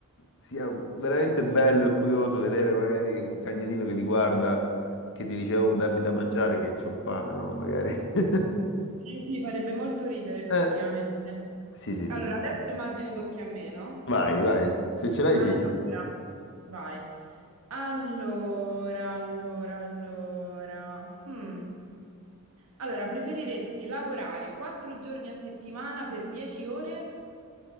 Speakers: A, on the left (about 60°); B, on the right (about 85°).
A: sia veramente bello e curioso vedere magari un cagnolino che ti guarda, che ti dice, oh, dammi da mangiare che c'ho fame, no? Magari. <laughs>
B: Sì, sì, farebbe molto ridere effettivamente.
A: Eh, sì, sì,
B: Allora,
A: sì.
B: adesso immagino tocchi a me, no?
A: Vai, vai. Se ce l'hai,
B: Allora,
A: sì.
B: vai. Allora, allora, allora. Hmm. Allora, preferiresti lavorare 4 giorni a settimana per 10 ore